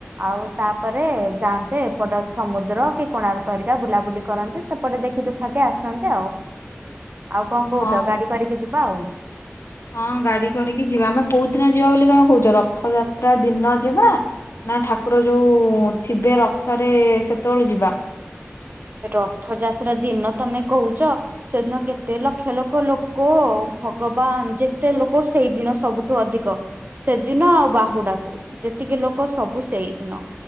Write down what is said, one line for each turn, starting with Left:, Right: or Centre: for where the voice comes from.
Right: ଆଉ ତାପରେ ଯାଆନ୍ତେ, ଏପଟ ସମୁଦ୍ର କି କୋଣାର୍କ ହେରିକା ବୁଲାବୁଲି କରନ୍ତେ, ସେପଟେ ଦେଖିଦୁଖା <unintelligible> ଆସନ୍ତେ ଆଉ ଆଉ କଣ କହୁଛ
Left: ହଁ
Right: ଗାଡି କରିକି ଯିବା ଆଉ।
Left: ହଁ ଗାଡି କରିକି ଯିବା ଆମେ କୋଉ ଦିନ ଯିବା ବୋଲି ତମେ କହୁଛ? ରଥଯାତ୍ରା ଦିନ ଯିବା? ନା ଠାକୁର ଯୋଉ ଥିବେ ରଥରେ ସେତେବଳେ ଯିବା?
Right: ରଥଯାତ୍ରା ଦିନ ତମେ କହୁଛ? ସେଦିନ କେତେ ଲକ୍ଷ, ଲକ୍ଷ ଲୋକ। ଭଗବାନ ଯେତେ ଲୋକ ସେଇ ଦିନ ସବୁଠୁ ଅଧିକ। ସେଦିନ ଆଉ, ବାହୁଡାକୁ ଯେତିକି ଲୋକ ସବୁ ସେଇ ଦିନ।